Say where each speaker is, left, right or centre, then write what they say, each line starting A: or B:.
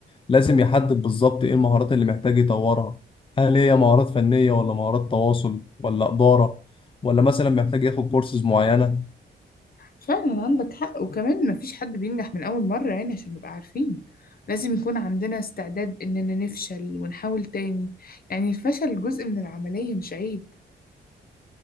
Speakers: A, on the left; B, on the left.
A: لازم يحدد بالظبط ايه المهارات اللي محتاج يطورها هل هي مهارات فنيه ولا مهارات تواصل ولا اداره ولا مثلا محتاج ياخد كورسز معينه
B: فعلا عندك حق وكمان مفيش حد بينجح من أول مرة يعني عشان نبقى عارفين لازم يكون عندنا استعداد إننا نفشل ونحاول تاني يعني الفشل جزء من العملية مش عيب